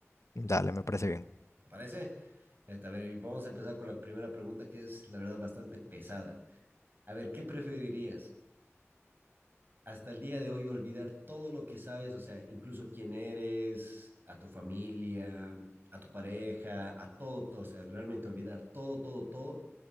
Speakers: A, on the left; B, on the right.
A: Dale, me parece bien.
B: ¿Te parece? Este, a ver, vamos a empezar con la primera pregunta que es, la verdad, bastante pesada. A ver, ¿qué preferirías? Hasta el día de hoy olvidar todo lo que sabes, o sea, incluso quién eres, a tu familia, a tu pareja, a todo, todo, o sea, realmente olvidar todo, todo, todo,